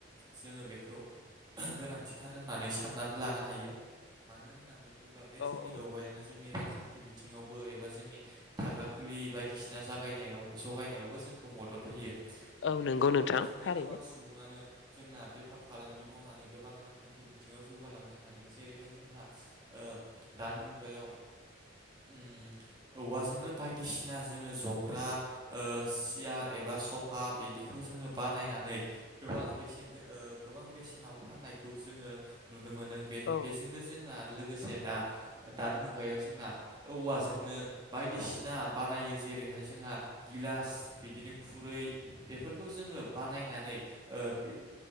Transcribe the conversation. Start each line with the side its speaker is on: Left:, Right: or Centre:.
Right: जोङो बेखौ गोनांथिथार होननानै साननानै लानो हायो मानो होननानै बुङोब्ला बे
Left: औ
Right: जोंनि
Left: औ
Right: औवायानो जोंनि रांखान्थि बिथिङावबो एबा जोंनि थाग्रा खुलि बायदिसिना जागायनायाव जगायनायावबो जोंखौ मदद होयो।
Left: औ नंगौ
Right: बे
Left: नोंथां
Right: औवाजोंनो
Left: थारैनो
Right: गोबां सुबुङानो जोंना बेफार फालांगि मावनानै गोबां रांखान्थि बिथिङाव जौगालांनो हादों जेरैहाय जोंहा ओ दानि मुगायाव उम औवाजोंनो बायदिसिना जोङो जग्रा ओ सियार एबा सफा बिदिखौ जोङो बानायनानै गोबां बेसेन ओ गोबां बेसेनाव फाननायखौ जोङो नुनो मोन नों बे
Left: औ
Right: बेजोंनो जोंना लोगोसे दा दानि मुगायाव जोंना औवाजोंनो बायदिसिना ना बानायो जे ओरैहाय जोंहा गिलास बिदिनो खुरै बेफोरखौ जोङो बानायनानै ओ बे